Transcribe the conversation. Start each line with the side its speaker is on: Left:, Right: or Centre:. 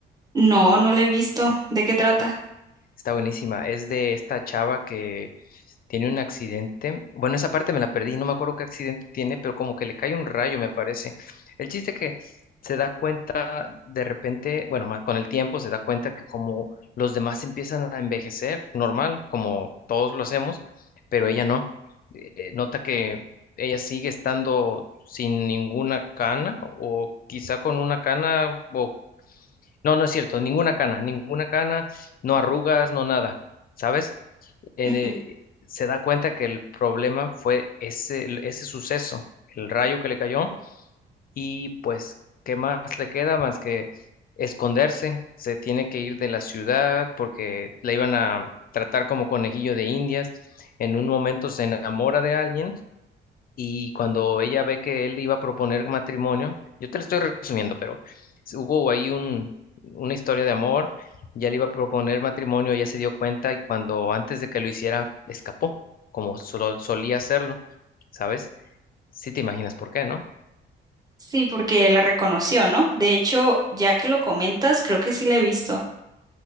Right: No, no la he visto. ¿De qué trata?
Left: Está buenísima. Es de esta chava que tiene un accidente. Bueno, esa parte me la perdí, no me acuerdo qué accidente tiene, pero como que le cae un rayo, me parece. El chiste que se da cuenta de repente, bueno, más con el tiempo se da cuenta que como los demás empiezan a envejecer, normal, como todos lo hacemos, pero ella no. Eh, Nota que ella sigue estando sin ninguna cana o quizá con una cana o no, no es cierto, ninguna cana, ninguna cana, no arrugas, no nada, ¿sabes? Eh,
Right: Ujú.
Left: se da cuenta que el problema fue ese, ese suceso, el rayo que le cayó, y pues, ¿qué más le queda más que esconderse? Se tiene que ir de la ciudad porque la iban a tratar como conejillo de Indias. En un momento se enamora de alguien y cuando ella ve que él iba a proponer matrimonio, yo te lo estoy resumiendo, pero s- hubo ahí un, una historia de amor, ya le iba a proponer matrimonio, ella se dio cuenta y cuando antes de que lo hiciera, escapó, como solo- solía hacerlo, ¿sabes? Sí te imaginas por qué, ¿no?
Right: Sí, porque la reconoció, ¿no? De hecho, ya que lo comentas, creo que sí la he visto.